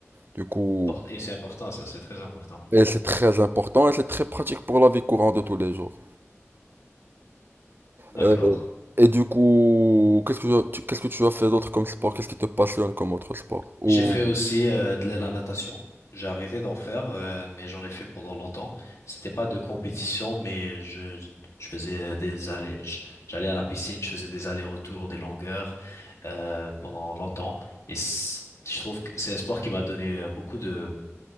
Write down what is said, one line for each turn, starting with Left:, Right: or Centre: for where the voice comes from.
Right: Du coup,
Left: et c'est important ça, c'est très important.
Right: et c'est très important et c'est très pratique pour la vie courante de tous les jours.
Left: D'accord.
Right: Euh, et du coup, qu'est-ce que tu, qu'est-ce que tu as fait d'autre comme sport? Qu'est-ce qui te passionne comme autre sport? Ou,
Left: J'ai fait aussi euh, de la natation. J'ai arrêté d'en faire, euh, mais j'en ai fait pendant longtemps. C'était pas de compétition, mais je, je faisais euh, des allers, je- j'allais à la piscine, je faisais des allers-retours, des longueurs euh, pendant longtemps. Et c- je trouve que c'est un sport qui m'a donné euh, beaucoup de,